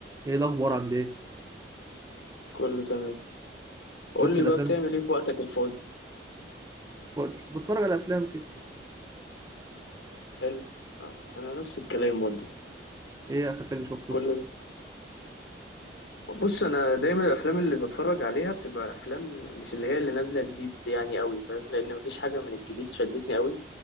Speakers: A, on the right; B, on the left.
A: ايه الاخبار عامل ايه
B: كله تمام قول
A: شفت
B: لي
A: الافلام
B: بقى بتعمل ايه في وقتك الفاضي
A: وقت بتفرج على افلام كده
B: حلو انا نفس الكلام برضو
A: ايه اخر فيلم شفته
B: كل بص انا دايما الافلام اللي بتفرج عليها بتبقى افلام مش اللي هي اللي نازله جديد يعني قوي فاهم لان مفيش حاجه من الجديد شدتني قوي